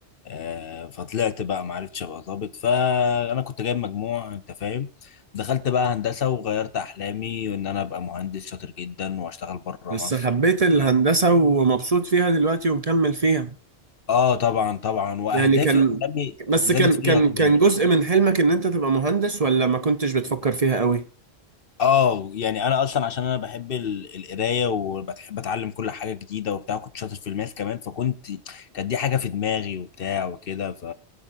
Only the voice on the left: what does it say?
آه فطلعت بقى ما عرفتش ابقى ظابط فانا كنت جايب مجموع انت فاهم دخلت بقى هندسه وغيرت احلامي وان انا ابقى مهندس شاطر جدا واشتغل بره
مصر
وبتاع
اه طبعا طبعا واهدافي
واحلامي
زادت
فيها
كمان
اه يعني انا اصلا عشان انا بحب ال- القرايه وبحب اتعلم كل حاجه جديده وبتاع كنت شاطر في الماث كمان فكنت كانت دي حاجه في دماغي وبتاع وكده ف